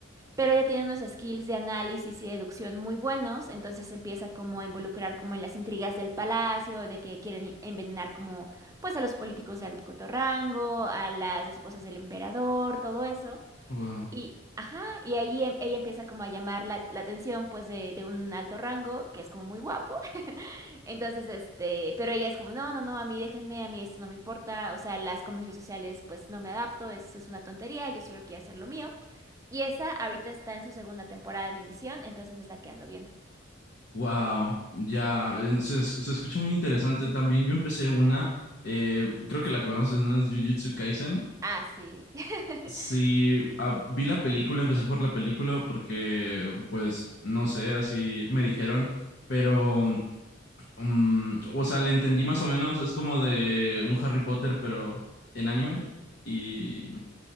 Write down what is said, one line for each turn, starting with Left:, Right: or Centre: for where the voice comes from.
Right: pero ella tiene unos skills de análisis y deducción muy buenos, entonces se empieza como a involucrar como en las intrigas del palacio, de que quieren i- envenenar como pues a los políticos de alto rango, a las esposas del emperador, todo eso.
Left: Wow.
Right: Y, ajá, y ahí em- ella empieza como a llamar la, la atención pues de, de un alto rango, que es como muy guapo. <laughs> Entonces, este, pero ella es como, no, no, no, a mí déjenme, a mí esto no me importa, o sea, las convenciones sociales pues no me adapto, es, es una tontería, yo solo quiero hacer lo mío. Y esa ahorita está en su segunda temporada en emisión, entonces es la que ando viendo.
Left: Wow, ya, eh, se, es- se escucha muy interesante también. Yo empecé una, eh, creo que la conoces, ¿no? Es Jujutsu Kaisen.
Right: Ah, sí. <laughs>
Left: Sí, ah, vi la película, empecé por la película porque, pues, no sé, así me dijeron, pero, mm, o sea, le entendí más o menos, es como de un Harry Potter, pero en anime, y,